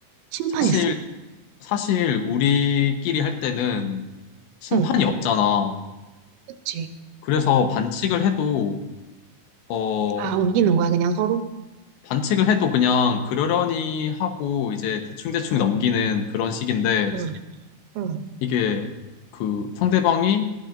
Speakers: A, on the right; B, on the left.
A: 심판
B: 사실,
A: 있어?
B: 사실 우리끼리 할 때는 심판이
A: 어.
B: 없잖아.
A: 그치?
B: 그래서 반칙을 해도, 어,
A: 아, 우기는 거야, 그냥 서로?
B: 반칙을 해도 그냥 그러려니 하고 이제 대충대충 넘기는 그런 식인데
A: 응, 응.
B: 이게 그 상대방이